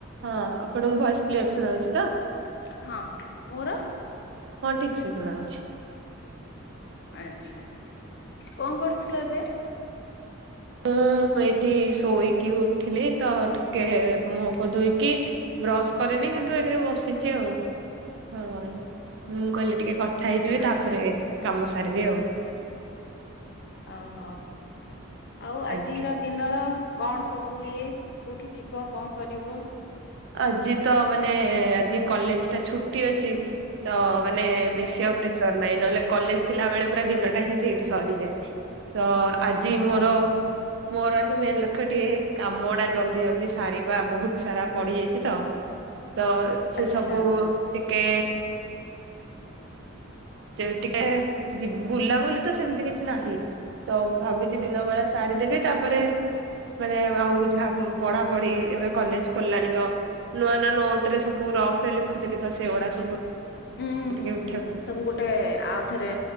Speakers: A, on the right; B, on the left.
A: ହଁ ଆପଣଙ୍କୁ voice clear ଶୁଣାଉଛି ତ।
B: ହଁ ମୋର
A: ହଁ ଠିକ ସେ ଶୁଣ ଅଛି।
B: ଆଛା କଣ କରୁଥିଲ ଏବେ?
A: ହୁଁଁ ଏଇଠି ଶୋଇକି ଉଠିଲି ତ ଟିକେ ମୁଫ ଧୋଇକି ବ୍ରଶ କରିନି କିନ୍ତୁ ଏ ଟିକେ ବସିଛି ଆଉ ହଁ ମୁଁ କହିଲି ଟିକେ କଥା ହେଇଯିବେ
B: ଆଚ୍ଛା
A: ତାପରେ କାମ ସାରିବି ଆଉ।
B: ଓହୋ ଆଉ ଆଜିର
A: ଆଜ୍ଞା।
B: ଦିନର କଣ ସବୁ ଇଏ କେଉଁଠି ଯିବ କଣ କରିବ।
A: ଆଜି ତ ମାନେ ଆଜି କଲେଜ ଟା ଛୁଟି ଅଛି ତ। ମାନେ
B: ହୁଁ।
A: ବେଶୀ ଆଉ ପ୍ରେସର ନହିଁ ନହେଲେ କଲେଜ ଥିଲା ବେଳେ ପୁରା ଦିନଟା ହିଁ ସେଇଠି ସରିଯାଏ। ତ ଆଜି
B: ଓହୋ
A: ମୋର ମୋର ଆଜି ମେନ ଲକ୍ଷ୍ୟ ଟିକେ କାମଡା ଜଲଦି ଜଲ୍ଦି ସାରିବା ବହୁତ ସାରା ପଡିଯାଇଛି ତ ତ
B: ଆଚ୍ଛା।
A: ସେ ସବୁ ଟିକେ ଯେ ଟିକେ ବୁଲାବୁଲି ତ ସେମିତି କିଛି ନାହିଁ ତ ଭାବିଛି ଦିନ ବେଳା ସା ଦେବି ତାପରେ ମାନେ ଆଉ ଯାହା ପଢାପଢି ଏବେ କଲେଜ ଖୋଲିଲାଣି ତ ନୂଆ ନୂଆ ନୋଟ ରେ ସବୁ ଅ ରେ ଲେଖୁଥିଲି ତ ସେଗୁା ସବୁିକ
B: ହୁଁ ହୁଁ ହୁଁ ସବୁ ଗୋଟେ ଆଉଥରେ